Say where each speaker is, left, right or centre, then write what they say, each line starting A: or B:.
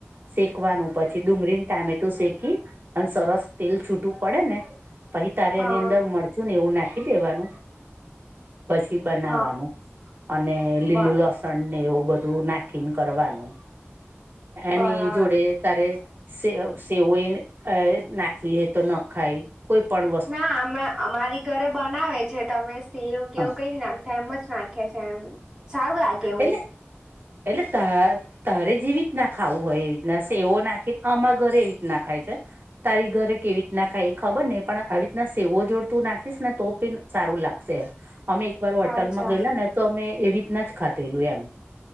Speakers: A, on the right; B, on the right.
A: શેકવાનું પછી ડુંગળીને ટામેટું શેકી ને સરસ તેલ છૂટું પડે ને. પછી તારે
B: હા
A: એની અંદર મરચું ને એવું નાખી દેવાનું. પછી બનાવાનું
B: હા
A: અને લીલું
B: બ
A: લસ સણન એવું બધું નાખીને કરવાનું એની
B: બરાબર
A: જોડે તારે સેવ સેવ હોયને તારે નાખવી હોઈ તો નખાય. કોઈ પણણવા <unintelligible>
B: ના અમે અમારી ઘરે બનાવે છે તમે સેવ કે
A: હા
B: કેવું કઈ નાખ એમજ નાખીઈ છે એમ સારું લાગે એવું.
A: એટલે <unintelligible> તારે જેવી રિતના ખાવું હોય એવી રીતના સેવો નાખી આમારે ઘરે એવી રીતના ખાય છે. તારી ઘરે કેવી રીત ના ખાય એ ખબર નેહિ પણ આવી રીતના સેવો જોડતું નાખીશ ને તો પણી સારૂ લાગશે. અમે એકવાર હોટલમાં
B: અચ્છા
A: ગયેલા ને તો અમે એવી રીતના જ ખાધેલું એમ.